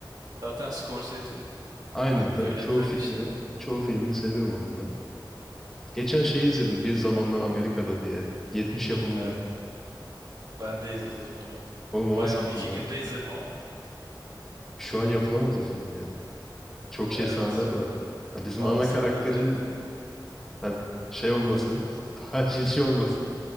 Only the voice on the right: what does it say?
Zaten Scorsese
onun
yönetmeni
işte.
Evet ben de iz- izledim onu.
Bayağı
iki
günde
izledim ama.
Evet.
Bazı
sahneleri